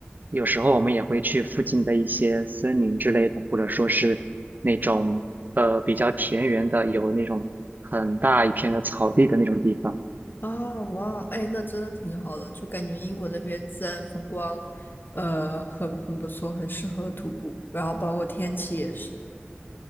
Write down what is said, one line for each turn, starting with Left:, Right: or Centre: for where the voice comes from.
Right: 有时候我们也会去附近的一些森林之类的，或者说是那种呃比较田园的，有那种很大一片的草地的那种地方。
Left: 哦，哇，哎，那真的挺好的，就感觉英国那边自然风光，呃，很很不错，很适合徒步，然后包括天气也是。